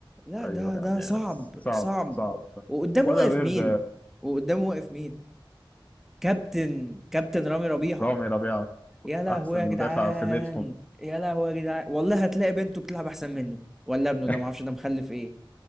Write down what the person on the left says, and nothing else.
ايوه
يعني
صعب
صعب صعب
ولا
بيرد
رامي ربيعة
احسن
مدافع في بيتهم
<laughs>